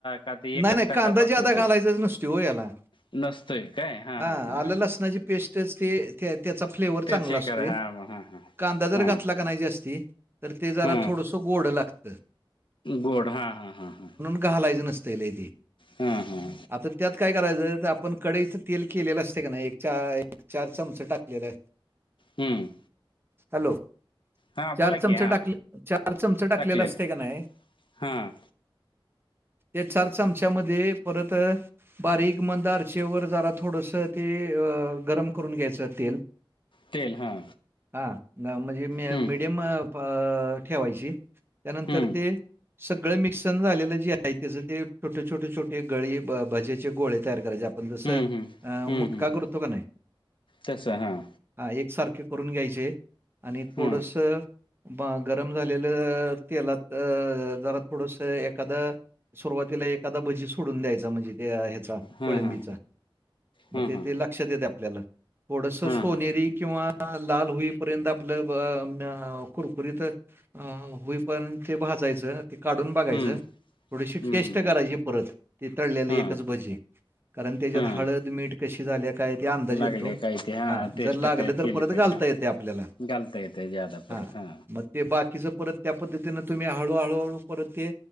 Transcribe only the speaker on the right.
नाही, नाही
ज्यादा
घालायचाच नसतो हो याला.
हां,
आलं लसणाची पेस्टचं ते त्याचा फ्लेवर
चांगला
असतोय.
कांदा जर
घातला घातला कणी जास्ती तर ते जरा
थोडसं गोड लागतं.
घालायचं नसतय लय ते
आता त्यात काय करायचं तर आपण कढईत तेल केलेलं असतयं कणे एक चार एक चार चमच टाकलेलं <inaudible>
हॅलो
चार
चमच
टाकलं चार चमच टाकलेल
असतयं कणेय
ते चार चमच्यामध्ये परत बारीक मंद अरचेवर जरा थोडसं ते गरम करून घ्यायचं तेल
<inaudible> हा म्हणजे मे
मी मडियम म प ठेवायची. त्यानंतर
ते सगळं मिक्सन झालेलं जे आहेत. तेज ते छोटे छोटे छोटे गळी भ भाज्याचे गोळे तयार करायचे आप आपण जसं
अं
मुटका
करतो का नाही
हा एकसारखे करून घ्यायचे आणि थोडंसं
ब गरम झालेलं तेलात जरा थोडस एखादं सुरुवातीला एखादा भजी सोडून द्यायचा म्हणजे त्या ह्याचा
कोळंबीचा
मग
ते
ते लक्षात येतय आपल्याला. थोडंस
सोनेरी
किंवा लाल होईपर्यंत आपलं व अ म्या कुरकुरीत अ होई पर्यंत ते भाजयचं ते काढून बघायचं
थोडीशी
टेस्ट
करायची.
ते परत ते तळलेल
एकच भजी कारण तेज्यात
हळद मीठ कशी झाल्या काय ते अंदाज येतो.
हां,
जर लागलं
तर
परत
घालता
येते आपल्याला.
हां,
मग ते बाकीचं परत त्या पद्धतीनं तुम्ही हळू हळू हळू परत ते